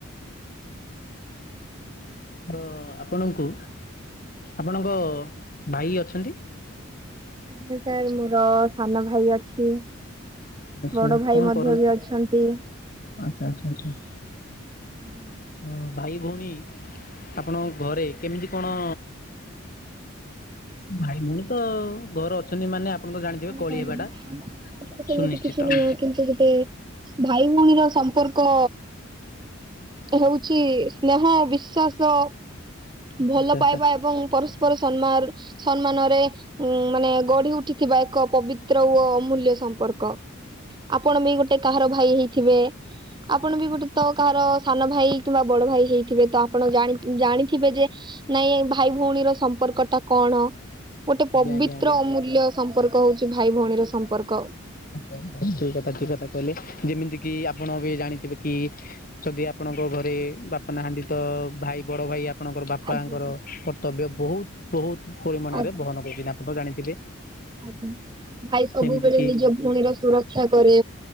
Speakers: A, on the left; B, on the right.
A: ଧ-ଆପଣଙ୍କୁ ଆପଣଙ୍କ ଭାଇ ଅଛନ୍ତି?
B: ଜି ସାର୍ ମୋର ସାନ ଭାଇ ଅଛି।
A: ଆଚ୍ଛା
B: ବଡ ଭାଇ
A: କଣ
B: ମଧ୍ୟ
A: କରନ୍ତି?
B: ବି ଅଛନ୍ତି।
A: ଆଚ୍ଛା, ଆଚ୍ଛା, ଆଚ୍ଛା।
B: ଓ, ହଁ।
A: ହଁ ଭାଇ ଭଉଣୀ ଆପଣଙ୍କ ଘରେ କେମିତି କଣ ଭାଇ ଭଉଣୀ ତ ଘରେ ଅଛନ୍ତି ମାନେ ଆପଣ ତ ଜାଣିଥିବେ
B: କହିପାରିବି
A: କଳି ହେବା
B: ମାନେ
A: ଟା
B: ଆମ କଥା ତ ସେମିତି
A: ସୁନିଶ୍ଚିତ।
B: କିଛି ନୁହଁ କିନ୍ତୁ ଗୋଟେ ଭାଇ ଭଉଣୀର ସମ୍ପର୍କ ହଉଛି ସ୍ନେହ, ବିଶ୍ଵାସ ଭଲ
A: ଆଚ୍ଛା
B: ପାଇବା
A: ଆଚ୍ଛା
B: ଏବଂ ପରସ୍ପର ସମ୍ମାରଡ ସମ୍ମାନରେ ଉଁ, ମାନେ ଗଢି ଉଠିଥିବା ଏକ ପବିତ୍ର ଓ ଅମୂଲ୍ୟ ସମ୍ପର୍କ। ଆପଣ ବି ଗୋଟେ କାହାର ଭାଇ ହେଇଥିବେ? ଆପଣ ବି ଗୋଟେ ତ କାହାର ସାନ ଭାଇ କିମ୍ବା ବଡ ଭାଇ ହେଇଥିବେ। ତ ଆପଣ ଜାଣି ଜାଣିଥିବେ ଯେ ନାଇଁ ଏ ଭାଇ ଭଉଣୀର ସମ୍ପର୍କ ଟା କଣ। ଗୋଟେ ପବିତ୍ର
A: ଆଜ୍ଞା ଆଜ୍ଞା ଆଜ୍ଞା।
B: ଅମୂଲ୍ୟ ସମ୍ପର୍କ ହଉଚି ଭାଇ ଭଉଣୀର ସମ୍ପର୍କ।
A: ଆଚ୍ଛା ଆପଣ ଠିକ କଥା ଠିକ କଥା କହିଲେ। ଯେମିତି କିି ଆପଣ ବି ଜାଣିଥିବେ କି ଯଦି ଆପଣଙ୍କ ଘରେ ବାପା ନାହାନ୍ତି ତ ଭାଇ ବଡ ଭାଇ ଆ ଆପଣଙ୍କର ବାପାଙ୍କର
B: ଆଜ୍ଞା
A: କର୍ତ୍ତବ୍ୟ ବହୁତ ବହୁତ ପରିମାଣରେ
B: ଆଜ୍ଞା
A: ବହନ କରୁଚନ୍ତି। ଆପଣ ତ ଜାଣିଥିବେ
B: ଆଜ୍ଞା ଭାଇ ସବୁବେଳେ
A: ଯେମିତି କିି
B: ନିଜ ଭଉଣୀର ସୁରକ୍ଷା କରେ।